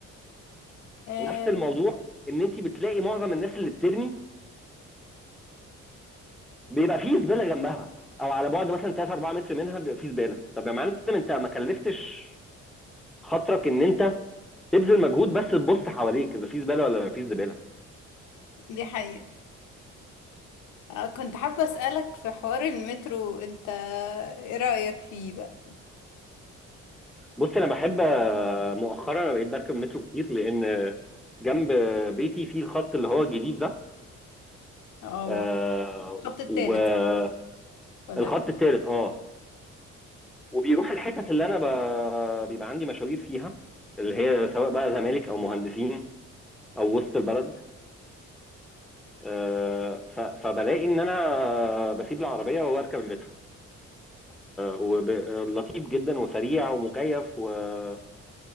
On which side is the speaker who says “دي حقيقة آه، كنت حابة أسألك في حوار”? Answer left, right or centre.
Left